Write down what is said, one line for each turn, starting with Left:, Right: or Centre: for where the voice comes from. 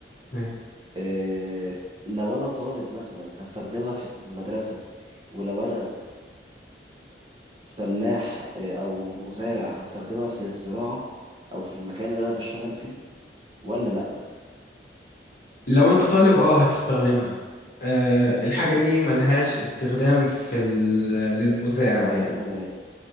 Left: أيوة.
Right: آه، لو أنا طالب مثلا هستخدمها في المدرسة ولو أنا فلاح آه، او مزارع هستخدمها في الزراعة او في المكان اللي انا بشتغل فيه ولا لا
Left: لو انت طالب اه هتستخدمها أه الحاجة دي ملهاش استخدام في ال... للمزارع
Right: في بقية
Left: يعني
Right: المجالات